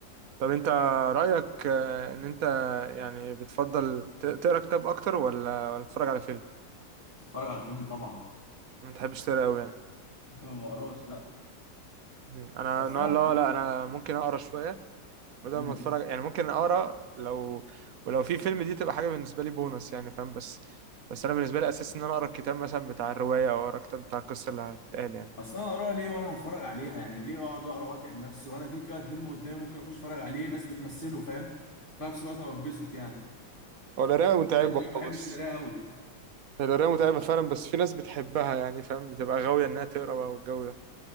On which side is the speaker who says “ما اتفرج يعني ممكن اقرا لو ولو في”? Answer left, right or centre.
Right